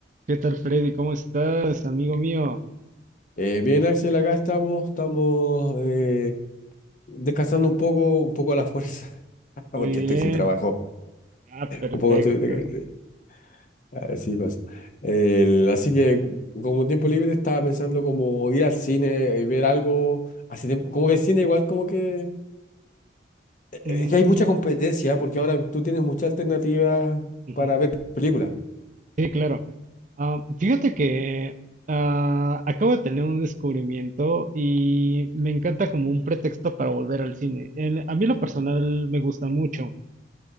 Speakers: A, on the right; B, on the left.
A: ¿Qué tal, Freddy? ¿Cómo estás, amigo mío?
B: Eh, bien, Axel, acá estamos, estamos eh, descansando un poco, un poco a la fuerza, <laughs> porque
A: Muy bien.
B: estoy sin trabajo.
A: Ah, perfecto.
B: Un poco estoy. de- de- Así pasa. El- así que, cu- como tiempo libre, estaba pensando como ir al cine, eh, ver algo. Hace tiempo, como que el cine, igual, como que. Es
A: Mm,
B: que hay mucha competencia, porque ahora tú tienes muchas alternativas
A: ujú.
B: para ver películas.
A: Sí, claro. Ah, fíjate que ah, acabo de tener un descubrimiento y me encanta como un pretexto para volver al cine. En- a mí en lo personal me gusta mucho,